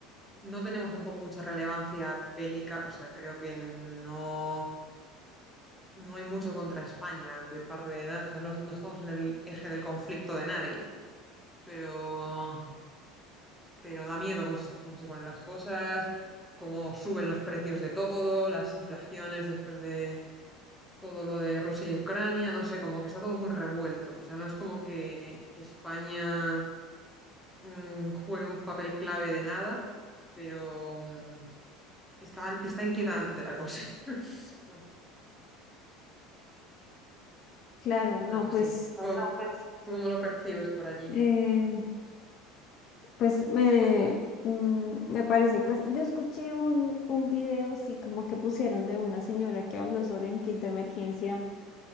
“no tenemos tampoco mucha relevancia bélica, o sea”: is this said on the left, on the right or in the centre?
Centre